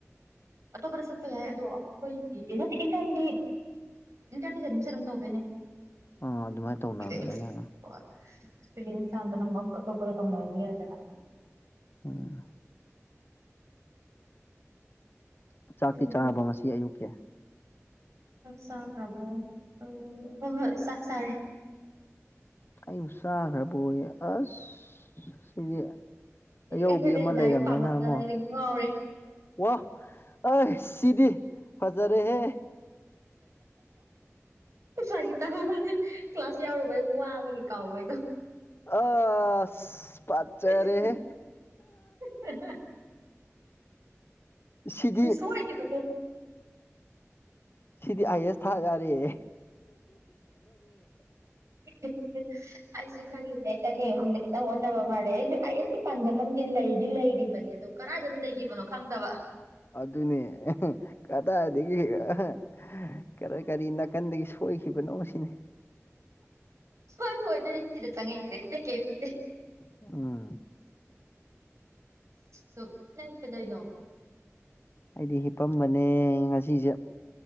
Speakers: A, on the right; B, on the left.
A: ꯑꯇꯣꯞꯄꯗ ꯆꯠꯄ ꯌꯥꯏ ꯑꯗꯣ ꯑꯩꯈꯣꯏꯒꯤꯟꯗꯤ ꯏꯟꯇꯔꯅꯤꯁꯝ ꯆ ꯑꯗꯨꯝ ꯇꯧꯗꯣꯏꯅꯦ
B: ꯑꯥ ꯑꯗꯨꯃꯥꯏꯅ ꯇꯧꯅꯕꯅꯤꯅ
A: ꯑꯦꯛꯁꯄꯤꯔꯤꯌꯦꯟꯁ
B: ꯑꯥ
A: ꯅꯝꯕꯣꯒꯔ ꯇꯉꯣꯏꯔꯤ ꯑꯗꯨꯖꯅ
B: ꯑꯝ ꯆꯥꯛꯇꯤ
A: ꯎꯝ
B: ꯆꯥꯅꯕ ꯉꯁꯤ ꯑꯌꯨꯛꯀꯤ
A: ꯆꯥꯛ ꯂꯕꯣ ꯑ ꯍ ꯍꯣꯏ ꯆꯥꯛ ꯆꯥꯔꯦ
B: ꯑꯩꯕꯨ ꯆꯥꯈ꯭ꯔꯕꯌꯦ ꯑꯁ ꯁꯤꯁꯦ ꯑꯌꯧꯕꯤ
A: ꯑꯩꯈꯣꯏꯁꯦ
B: ꯑꯃ
A: ꯂꯥꯏꯔꯤꯛ
B: ꯂꯩꯔꯝꯃꯦꯅ
A: ꯄꯥꯝꯃꯟꯗꯅ
B: ꯑꯃꯨꯛ
A: ꯑꯩꯁꯦ ꯉꯥꯎꯔꯦ
B: ꯋꯥꯍ ꯑ ꯁꯤꯗꯤ ꯐꯖꯔꯦꯍꯦ
A: ꯁ꯭ꯥꯒꯤ ꯇꯥꯃ ꯀ꯭ꯂꯥꯁ ꯌꯥꯎꯔꯨꯕꯩ ꯋꯥꯕ ꯑꯃꯒꯤ ꯀꯥꯎꯕ ꯍꯥꯏꯗꯣ
B: ꯑꯁ ꯐꯖꯔꯦꯍꯦ
A: <unintelligible>
B: ꯁꯤꯗꯤ
A: ꯁꯨ ꯍꯥꯏꯏꯒ ꯃꯗꯨ
B: ꯁꯤꯗꯤ ꯑꯥꯏ ꯑꯦꯁ ꯊꯥ ꯌꯥꯔꯦꯦ
A: ꯑꯩꯁꯨ ꯈꯪꯉꯅꯦ ꯑꯩ ꯆꯐꯝꯗ ꯅꯪ ꯑꯣꯟꯅꯅꯕ ꯃꯥꯜꯂꯦ ꯑꯩꯁꯨ ꯑꯩ ꯑꯦꯁꯀꯤ ꯄꯥꯟꯗꯝ ꯑꯃꯗꯤ ꯂꯩꯁꯨ ꯂꯩꯔꯤ ꯑꯗꯣ ꯀꯗꯥꯏꯗꯅ ꯂꯩꯈꯤꯕꯅꯣ ꯈꯪꯗꯕ
B: ꯑꯗꯨ ꯑꯗꯨꯅꯦ ꯀꯗꯥꯗꯒꯤꯒꯒ ꯀꯔꯤ ꯀꯔꯤ ꯅꯥꯀꯟꯗꯒꯤ ꯁꯣꯏꯈꯤꯕꯅꯣ ꯁꯤꯅꯦ
A: ꯍꯣꯏ ꯍꯣꯏ ꯑꯗꯨꯅꯦ ꯁꯤꯗ ꯆꯪꯉꯛꯏꯁꯦ
B: ꯑꯝ
A: ꯗꯣꯛ ꯅꯪ ꯀꯗꯩꯅꯣ
B: ꯑꯩꯗꯤ ꯍꯤꯄꯝꯕꯅꯦ ꯉꯁꯤꯁꯦ